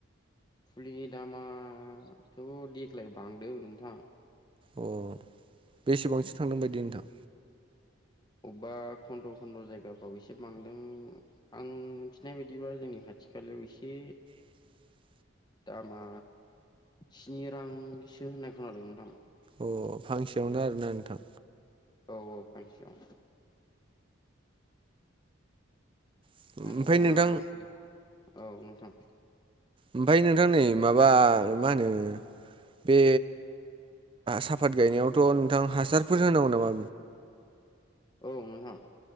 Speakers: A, on the left; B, on the right.
A: फुलिनि दामाथ' देग्लाय बांदों नोंथां।
B: अ बेसेबांसो थांदों बायदि नोंथां।
A: अबेबा खन्द' खन्द' जायगाफ्राव एसे बांदों आं मिथिनाय बायदिबा जोंनि खाथियाव। खालायाव एसे।
B: <inaudible>
A: दामा स्नि रांसो होननाय खोनादों नोंथां।
B: अ फांसेयावनो आरोना नोंथां।
A: औ औ फांसेयाव।
B: ओमफ्राय
A: दा नोंथाङा
B: नोंथां
A: फु औ नोंथां।
B: ओमफ्राय नै माबा मा होनो। बे साफात गायनायावथ' नोंथां हासारफोर होनांगौ नामा?
A: औ नोंथां